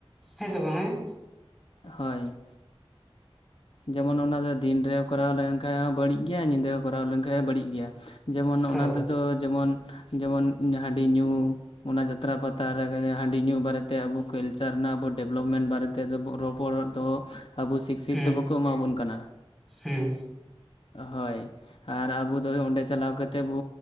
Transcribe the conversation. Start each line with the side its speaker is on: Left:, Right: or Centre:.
Centre: ᱦᱮᱸ ᱥᱮ ᱵᱟᱝ ᱦᱮᱸ?
Left: ᱦᱳᱭ ᱡᱮᱢᱚᱱ ᱚᱱᱟ ᱫᱤᱱᱨᱮ ᱠᱚᱨᱟᱣ ᱞᱮᱱᱠᱷᱟᱡ ᱦᱚᱸ ᱵᱟᱹᱲᱤᱡ ᱜᱮᱭᱟ ᱾ᱧᱤᱫᱟᱹ ᱦᱚᱸ ᱠᱚᱨᱟᱣ ᱞᱮᱱᱠᱷᱟᱡ ᱵᱟᱹᱲᱤᱡ ᱜᱮᱭᱟ᱾ ᱡᱮᱢᱚᱱ
Centre: ᱦᱮᱸ
Left: ᱚᱱᱟ ᱛᱮᱫᱚ ᱡᱮᱢᱚᱱ, ᱡᱮᱢᱚᱱ ᱦᱟᱺᱰᱤ ᱧᱩ ᱚᱱᱟ ᱡᱟᱛᱨᱟ ᱯᱟᱛᱟ ᱨᱮ ᱦᱟᱺᱰᱤ ᱧᱩ ᱵᱟᱨᱮ ᱛᱮ, ᱟᱵᱚ ᱠᱟᱞᱪᱟᱨ ᱨᱮᱱᱟᱜ ᱟᱵᱚ ᱰᱮᱵᱷᱞᱚᱯᱢᱮᱱᱴ ᱵᱟᱨᱮ ᱛᱮ ᱨᱚᱯᱚᱲ ᱫᱚ᱾ ᱟᱵᱚ ᱥᱤᱠᱥᱤᱛ
Centre: ᱦᱮᱸ
Left: <unintelligible> ᱫᱚ ᱵᱟᱠᱚ ᱮᱢᱟ ᱵᱚᱱ ᱠᱟᱱᱟ᱾
Centre: ᱦᱮᱸ
Left: ᱦᱳᱭ ᱟᱨ ᱟᱵᱚ ᱫᱚ ᱚᱸᱰᱮ ᱪᱟᱞᱟᱣ ᱠᱟᱛᱮᱫ ᱵᱚ